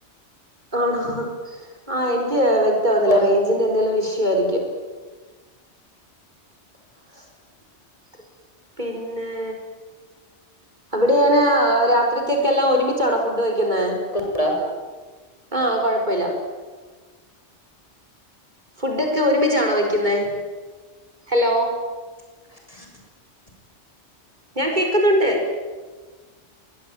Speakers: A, on the right (about 40°); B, on the left (about 30°).
A: ആണോ ആഹ് എനിക്ക് വ്യക്താവുന്നില്ല
B: ഇപ്പൊ
A: റേഞ്ചിന്റെ എന്തെങ്കിലും വിഷയായിരിക്കും. <unintelligible> പിന്നേ അവിടെ ങ്ങനെ രാത്രിത്തേക്കെല്ലാം ഒരുമി ച്ചാണോ ഫുഡ് കഴിക്കുന്ന
B: ഉണ്ടോ
A: ആഹ് കൊഴപ്പില്ല ഫുഡൊക്കെ ഒരുമിച്ചാണോ വെക്കുന്നത്. ഹലോ..
B: <inaudible>
A: ഞാൻ കേക്കുന്നുണ്ട്